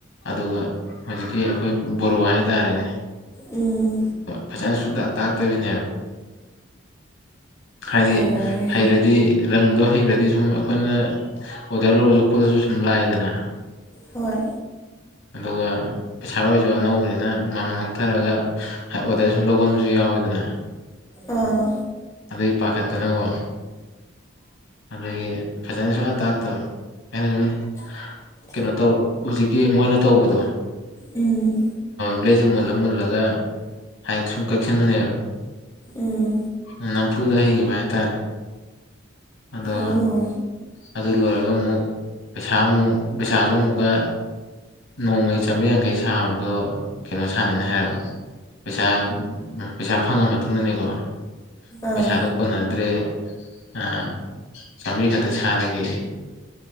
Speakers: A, on the left; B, on the left.
A: ꯑꯗꯨꯒ ꯍꯧꯖꯤꯛꯀꯤ ꯑꯩꯈꯣꯏ ꯕꯣꯔꯣ ꯍꯥꯏꯇꯥꯔꯦꯅꯦ
B: ꯎꯝ
A: ꯐꯖꯅ ꯁꯨꯡ ꯇꯥꯛꯇꯕꯤꯅꯦꯕ ꯍꯥꯏꯗꯤ
B: ꯐꯅꯤ
A: ꯍꯩꯔꯗꯤ ꯔꯪꯗꯣ ꯍꯩꯔꯗꯤ ꯁꯨꯝ ꯑꯩꯈꯣꯏꯅ ꯑꯣꯗ ꯂꯁꯨ ꯀꯗꯁꯨ ꯁꯨꯝ ꯂꯑꯗꯅ
B: ꯍꯣꯏ
A: ꯑꯗꯨꯒ ꯄꯩꯁꯥ ꯑꯣꯏꯔꯁꯨ ꯑꯅꯧꯕꯅꯤꯅ ꯃꯃꯜ ꯍꯣꯡꯊꯔꯑꯒ ꯑꯣꯗꯔ ꯁꯨꯝ ꯂꯧꯒꯟꯕꯁꯨ ꯌꯥꯎꯋꯦꯗꯅ
B: ꯑꯥ
A: ꯑꯗꯨ ꯄꯥꯈꯠꯇꯅꯀꯣ ꯑꯗꯨꯒꯤ ꯐꯖꯅ ꯁꯨꯅ ꯇꯥꯛꯇꯥꯕ ꯑꯩꯅ ꯁꯨꯝ ꯀꯩꯅꯣ ꯇꯧ ꯍꯧꯖꯤꯛꯀꯤ ꯃꯣꯏꯅ ꯇꯧꯕꯗꯣ
B: ꯎꯝ
A: ꯕ꯭ꯂꯦꯁꯦ ꯃꯨꯜꯂ ꯃꯨꯜꯂꯒ ꯍꯥꯏ ꯁꯨꯝ ꯀꯛꯁꯤꯟꯕꯅꯦꯕ
B: ꯎꯝ
A: ꯎ ꯅꯝꯐꯨꯗ ꯍꯩꯈꯤꯕ ꯍꯥꯏꯇꯥꯔꯦ ꯑꯗ
B: ꯑꯣ
A: ꯑꯗꯨ ꯂꯣꯏꯔꯒ ꯑꯃꯨꯛ ꯄꯩꯁꯥ ꯑꯃꯨꯛ ꯄꯩꯁꯥꯁꯨ ꯑꯃꯨꯛꯀ ꯅꯣꯡꯃꯒꯤ ꯆꯥꯝꯔꯤ ꯌꯥꯡꯈꯩ ꯁꯥꯕꯗꯣ ꯀꯩꯅꯣ ꯁꯥꯅꯤꯅ ꯍꯥꯏꯔꯕ ꯄꯩꯁꯥ ꯄꯩꯁꯥ ꯐꯪꯉ ꯃꯇꯨꯡꯗꯅꯦꯀꯣ
B: ꯑꯥ
A: ꯄꯩꯁꯥꯗꯨꯣ ꯀꯣꯟꯅꯗ꯭ꯔꯦ ꯑ ꯆꯥꯃꯔꯤ ꯈꯛꯇ ꯁꯥꯔꯒꯦ